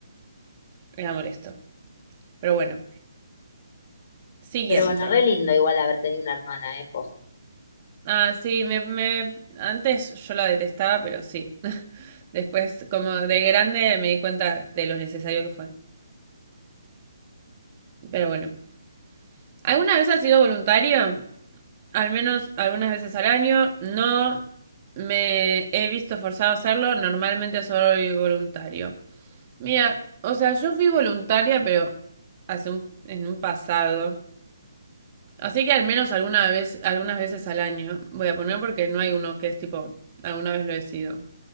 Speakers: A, on the right; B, on the left.
A: Era molesto. Pero bueno, siguiente.
B: Pero Sí, bueno, re lindo igual haber tenido una hermana, ¿eh? Posta.
A: Ah, sí, me, me... antes yo la detestaba, pero sí. Después, como de grande, me di cuenta de lo necesario que fue. Pero bueno. ¿Alguna vez has sido voluntario? Al menos algunas veces al año. No me he visto forzado a hacerlo. Normalmente soy voluntario. Mira, o sea, yo fui voluntaria, pero hace un, en un pasado. Así que al menos alguna vez, algunas veces al año. Voy a poner porque no hay uno que es tipo, alguna vez lo he sido.